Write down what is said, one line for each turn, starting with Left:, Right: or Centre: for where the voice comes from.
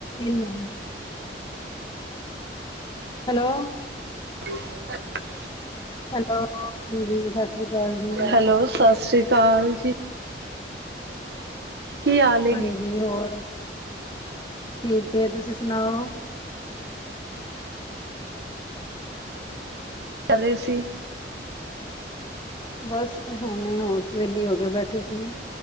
Left: Hello, hello.
Right: <inaudible>
Left: Hello, ਹਾਂਜੀ ਸਤਿ ਸ੍ਰੀ ਅਕਾਲ ਜੀ।
Right: ਹੈਲੋ, ਸਤਿ ਸ੍ਰੀ ਅਕਾਲ ਜੀ ਕੀ ਹਾਲ ਏ
Left: ਹਾਂਜੀ, ਹੋਰ ਠੀਕ ਹੈ, ਤੁਸੀਂ ਸੁਣਾਓ
Right: ਕਰ ਰਹੇ ਸੀ?
Left: ਬਸ ਹੁਣੇ ਹੁਣ ਵੇਹਲੀ ਹੋ ਕੇ ਬੈਠੀ ਸੀ